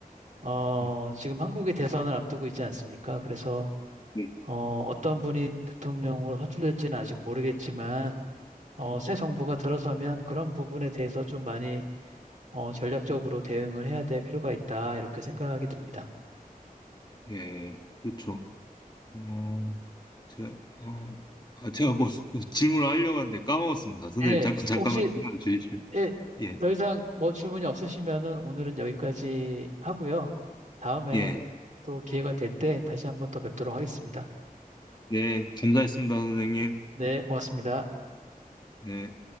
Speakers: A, on the right (about 55°); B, on the left (about 30°).
A: 어,
B: 예,
A: 지금 한국이 대선을 앞두고 있지 않습니까? 그래서
B: 예,
A: 어, 어떤 분이 대통령으로 선출될지는 아직 모르겠지만 어, 새 정부가 들어서면 그런 부분에 대해서 좀 많이 어, 전략적으로 대응을 해야 될 필요가 있다 이렇게 생각이 듭니다.
B: 예, 예. 그렇죠. 어, 제가, 어, 아, 제가 뭐 뭐 질문을 하려고 하는데 까먹었습니다. 선생님,
A: 네,
B: 잠깐, 잠깐만
A: 혹시
B: 질문을 주십시오.
A: 예,
B: 예,
A: 더 이상 뭐 질문이 없으시면은 오늘은 여기까지 하고요. 다음에
B: 예,
A: 또 기회가 될 때 다시 한번 또 뵙도록 하겠습니다.
B: 네, 감사했습니다, 선생님.
A: 네, 고맙습니다.
B: 네.